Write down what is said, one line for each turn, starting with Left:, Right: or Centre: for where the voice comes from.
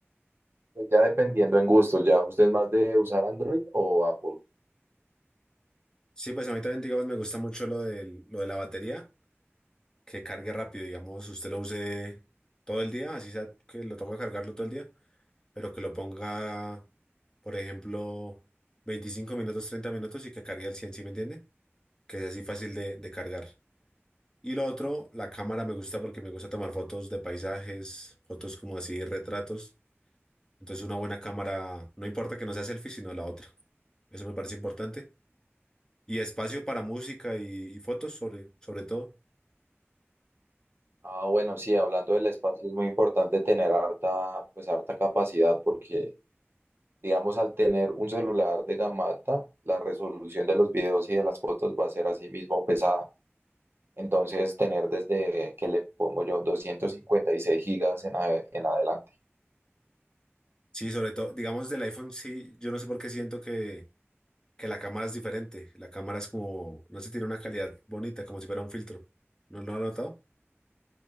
Right: pues ya dependiendo en gustos, ¿ya usted es más de usar Android o Apple?
Left: Sí, pues a mí también, digamos, me gusta mucho lo del, lo de la batería, que cargue rápido, digamos, usted lo use todo el día, así sea que lo toca cargarlo todo el día, pero que lo ponga, por ejemplo, 25 minutos, 30 minutos y que cargue al cien ¿sí me entiende? Que sea así fácil de, de cargar. Y lo otro, la cámara me gusta porque me gusta tomar fotos de paisajes, fotos como así, retratos. Entonces una buena cámara, no importa que no sea selfie, sino la otra. Eso me parece importante. Y espacio para música y, y fotos sobre, sobre todo.
Right: Ah, bueno, sí, hablando del espacio es muy importante tener harta, pues harta capacidad porque, digamos, al tener un celular de gama alta, la resolución de los videos y de las fotos va a ser así mismo pesada. Entonces, tener desde que le pongo yo 256 gigas en, ade- en adelante.
Left: Sí, sobre todo, digamos del iPhone, sí, yo no sé por qué siento que que la cámara es diferente. La cámara es como, no sé, tiene una calidad bonita, como si fuera un filtro. ¿No no lo has notado?